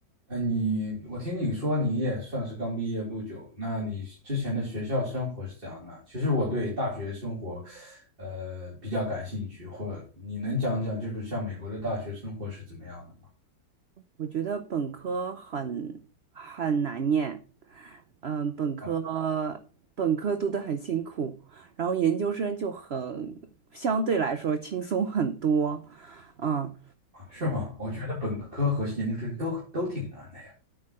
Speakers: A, on the right (about 30°); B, on the right (about 85°).
A: 哎，你，我听你说你也算是刚毕业不久，那你之前的学校生活是怎样的？其实我对大学生活，呃，比较感兴趣，或你能讲讲，就是像美国的大学生活是怎么样的吗？
B: 我觉得本科很很难念，嗯，本科
A: 啊，
B: 本科读得很辛苦，然后研究生就很相对来说轻松很多，嗯，
A: 啊是吗？我觉得本科和研究生都都挺难的呀。